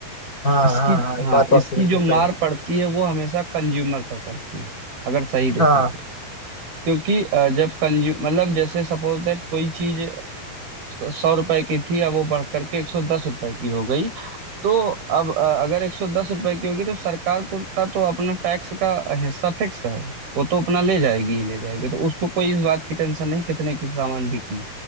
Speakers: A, on the left; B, on the right.
A: हाँ
B: इसकी
A: हाँ हाँ ये
B: हाँ
A: बात तो आपकी
B: इसकी
A: बिल्कुल
B: जो
A: सही
B: मार
A: है
B: पड़ती है वो हमेशा कंज्यूमर पर पड़ती है अगर सही देखें
A: हाँ
B: तो। क्योंकि अ, जब कंज्यूम मतलब जैसे सपोज दैट कोई चीज सौ रुपए की थी अब वो बढ़ करके एक सौ दस रुपए की हो गई तो अब अ, अगर एक सौ दस रुपए की होगी तो सरकार को का तो अपना टैक्स का हिस्सा फिक्स है वो तो अपना ले जाएगी ही ले जाएगी तो उसको कोई इस बात की टेंशन नहीं कितने की सामान बिकी